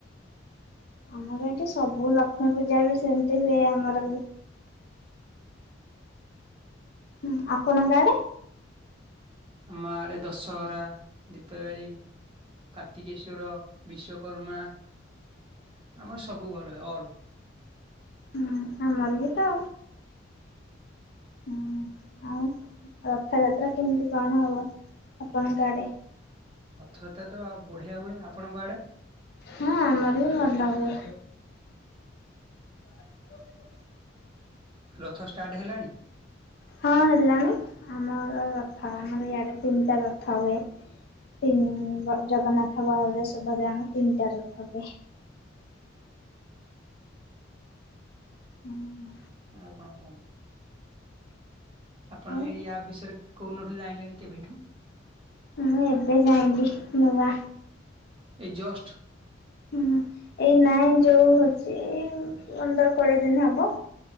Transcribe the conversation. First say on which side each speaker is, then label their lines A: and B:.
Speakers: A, on the left; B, on the right.
A: ଆମର ଏଇଠି ସବୁ ଲକ୍ଷ୍ମୀ ପୂଜା ବି ସେମିତି ହୁଏ ଆମର ବି ହୁଁ ଆପଣଙ୍କ ଆଡେ?
B: ଆମ ଆଡେ ଦଶହରା ଦୀପାବେଳୀ କାର୍ତ୍ତିକେଶ୍ଵର, ବିଶ୍ଵକର୍ମା ଆମର ସବୁ ଭଲ ହୁଏ ଅଲ୍
A: ହୁଁ ଆମର ବି ତ ହୁଁ ଆଉ ରଥଯାତ୍ରା କେମିତି କଣ ହବ ଆପଣଙ୍କ ଆଡେ?
B: ରଥଯାତ୍ରା ତ ଆଉ ବଢ଼ିଆ ହୁଏ। ଆପଣଙ୍କ ଆଡ଼େ?
A: ହଁ ଆମର ବି ଭଲ ହୁଏ। <unintelligible>
B: ରଥ ଷ୍ଟାର୍ଟ ହେଲାଣି?
A: ହଁ ହେଲାଣି ଆମର ରଥ ଆମର ଇଆଡ଼େ ତିନିଟା ରଥ ହୁଏ। ତିନ୍ ଜଗନ୍ନାଥ, ବଳଭଦ୍ର, ସୁଭଦ୍ରା ତିନିଟା ରଥ ହୁଏ। ହୁଁ
B: ଆଉ କଣ କୁହନ୍ତୁ ଆପଣ
A: ଆଉ
B: ଏଇ ଆପ ବିଷୟରେ କୋଉନଠୁ ଜାଣିଲେଣି କେବେଠୁ?
A: ମୁଁ ଏବେ ଜାଇଁଲିି ନୂଆ
B: ଏଇ ଜଷ୍ଟ
A: ହୁଁ ଏଇ ନାଇଁ ଯୋଉ ହଉଚି ଇ ଏଇ ପନ୍ଦର କୋଡିଏ ଦିନ ହବ।